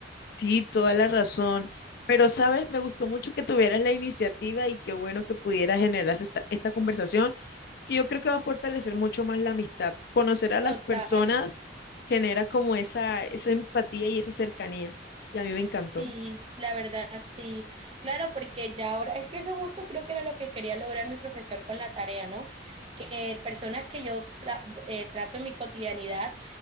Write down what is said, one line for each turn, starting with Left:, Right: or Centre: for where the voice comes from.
Left: Sí, toda la razón. Pero, ¿sabes? Me gustó mucho que tuvieras la iniciativa y qué bueno que pudieras generar esta, esta conversación, que yo creo que va a fortalecer mucho más la amistad. Conocer a
Right: Total.
Left: las personas genera como esa, esa empatía y esa cercanía. Y a mí me encantó.
Right: Sí, la verdad, sí. Claro, porque ya ahora, es que eso justo creo que era lo que quería lograr mi profesor con la tarea, ¿no? Que personas que yo tra- eh, trato en mi cotidianidad